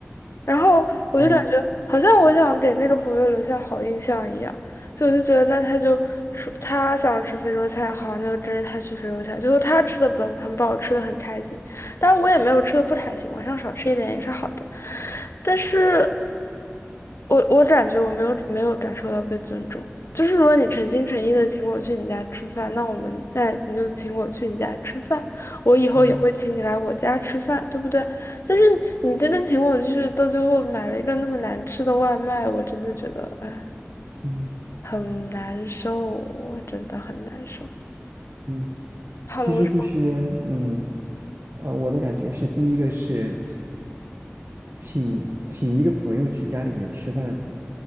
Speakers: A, on the left (about 70°); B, on the right (about 70°).
A: 然后我就感觉好像我想给那个朋友留下好印象一样，
B: 嗯
A: 就我就觉得那他就说他想吃非洲菜，好，那就跟着他去非洲菜。最后他吃的本很饱，吃的很开心，但我也没有吃的不开心，晚上少吃一点也是好的。但是我我感觉我没有没有感受到被尊重，就是如果你诚心诚意的请我去你家吃饭，那我们在你就请我去你家吃饭，我以后也会请你来我家吃饭，
B: 嗯
A: 对不对？但是你真的请我去，到最后买了一个那么难吃的外卖，我真的觉得哎，
B: 嗯
A: 很难受，我真的很难受。
B: 嗯，
A: 好了，
B: 其实就是嗯，
A: 我说
B: 呃，我的感觉是，第一个是请请一个朋友去家里面吃饭，